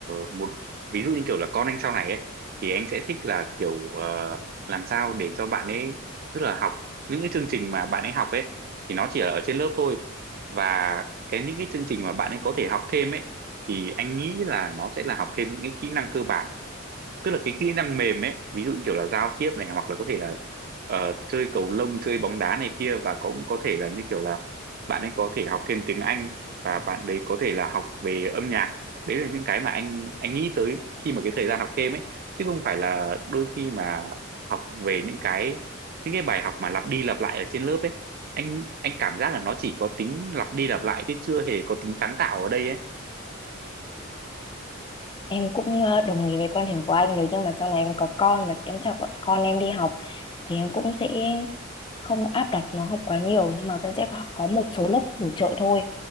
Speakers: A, on the right (about 45°); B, on the left (about 25°).
A: một ví dụ như kiểu là con anh sau này ấy thì anh sẽ thích là kiểu ờ, làm sao để cho bạn ấy tức là học những cái chương trình mà bạn ấy học ấy thì nó chỉ là ở trên lớp thôi và cái những cái chương trình mà bạn ấy có thể học thêm ấy thì anh nghĩ là nó sẽ là học thêm những cái kỹ năng cơ bản tức là cái kỹ năng mềm ấy ví dụ như kiểu là giao tiếp này hoặc là có thể là ờ, chơi cầu lông chơi bóng đá này kia và cũng có thể là như kiểu là bạn ấy có thể học thêm tiếng Anh và bạn đấy có thể là học về âm nhạc đấy là những cái mà anh anh nghĩ tới khi mà cái thời gian học thêm ấy chứ không phải là đôi khi mà học về những cái những cái bài học mà lặp đi lặp lại ở trên lớp ấy anh anh cảm giác là nó chỉ có tính lặp đi lặp lại chứ chưa hề có tính sáng tạo ở đây ấy
B: Em cũng ờ, đồng ý với quan điểm của anh đấy nhưng mà sau này em có con và em cho bọn- con em đi học thì em cũng sẽ không áp đặt nó học quá nhiều nhưng mà vẫn sẽ có có một số lớp bổ trợ thôi